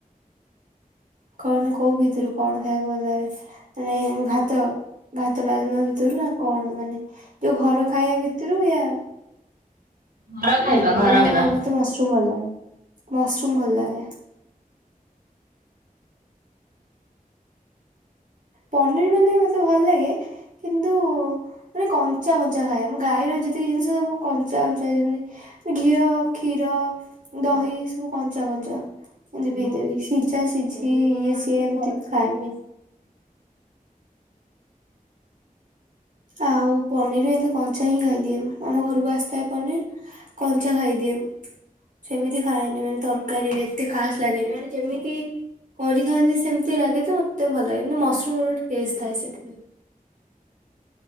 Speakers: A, on the right; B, on the right.
A: କଣ କୋଉ ଭିତୁରୁ କଣ ଖାଇବାକୁ ଭଲ ଲାଗେ? ମାନେ ଭାତ-ଭାତ ଡାଲମା ଭିତୁରୁ ନା କଣ ମାନେ ଯୋଉ ଘର ଖାଇଆ ଭିତୁରୁ ୟା
B: ଘର ଖାଇବା
A: ମୋର
B: ଘର ଖାଇବା।
A: <unintelligible> ଭଲ ଲାଗେ, ମସରୁମ୍ ଭଲ ଲାଗେ। ପନିର୍ ମାନେ ମତେ ଭଲ ଲାଗେ, କିନ୍ତୁ ମାନେ କଞ୍ଚା-କଞ୍ଚା ଖାଏ, ମୁଁ ଗାଈର ଯେତିକି ଜିନିଷ ସବୁ କଞ୍ଚା-କଞ୍ଚା ଯେନ୍ତି ଘିଅ, କ୍ଷୀର, ଦହି ସବୁ କଞ୍ଚା-କଞ୍ଚା। ଏନ୍ତି ପି ଦେବି, ସିଝା ସିଝି ଇଏ ସିଏ ଏମ୍ତି ଖାଏନି। ଆଉ ପନିର୍ ବି ଏମ୍ତି କଞ୍ଚା ହିଁ ଖାଇଦିଏ, ଆମ ଘରୁକୁ ଆସିଥାଏ ପନିର୍। କଞ୍ଚା ଖାଇଦିଏ। ସେମିତି ଖାଏନି ମାନେ ତରକାରୀରେ ଏତେ ଖାସ୍ ଲାଗେନି, ମାନେ ଯେମିତି କରିଥାଆନ୍ତି ସେମିତି ଲାଗେ ତ ମତେ ଭଲ ଲାଗେନି ମସ୍ରୁମ ର ଗୋଟେ ଟେଷ୍ଟ ଥାଏ ସେଥିପାଇଁ।